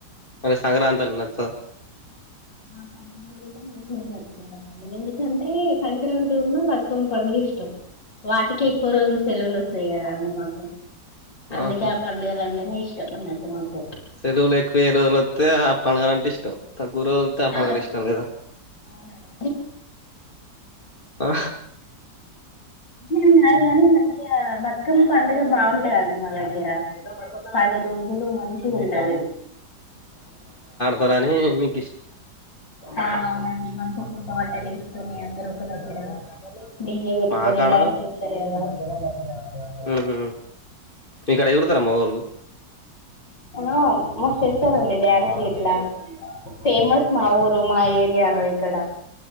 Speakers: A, on the left; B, on the left.
A: అంటే సంక్రాంతి అంటె నచ్చదా
B: ఆ సంక్రాంతి కూడా మంచి జరుపుకుంటమండి ఎందుకంటే సంక్రాంతి ఉన్న బతుకమ్మ పండుగ ఇష్టం వాటికి ఎక్కువ రోజులు సెలవులు వస్తాయ్ కదా అండి మాకు అందుకే
A: ఆహా
B: ఆ పండుగలు అంటేనే ఇష్ ఇష్ట ఉన్నటు మాకు
A: సెలవలు ఎక్కువ ఏ రోజులు వత్తే ఆ పండగలంటే ఇష్ తక్కువ్ రోజుల్ వత్తే ఆ పండగలు
B: అవును
A: ఇష్టం లేదా
B: అవునండి
A: హ
B: అట్ల అని కాదు గాని మంచిగా బతుకమ్మ పండుగ బాగుంటదండి మా దగ్గర పది రోజులు మంచిగా ఉంటది
A: పనాని మిక్
B: ఆ అవునండి మా ఒక తోట వేస్కొని అందరు ఒక దగ్గర డీజే పెట్టుకొని
A: మాకాడ
B: డాన్స్ చేస్తరు కదా ఎగ
A: ఉహు మీకాడ ఎగురుతారా మగోళ్ళు
B: ఆ మ చేస్తారండి డ్యాన్స్ గిట్ల ఫేమస్ మా ఊరు మా ఏరియాలో ఇక్కడ